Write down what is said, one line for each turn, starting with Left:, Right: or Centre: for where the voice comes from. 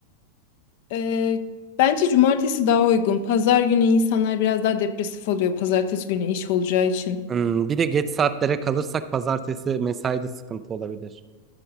Left: Ee, bence cumartesi daha uygun. Pazar günü insanlar biraz daha depresif oluyor. Pazartesi günü iş olacağı için.
Right: Hmm, bir de geç saatlere kalırsak pazartesi mesaide sıkıntı olabilir.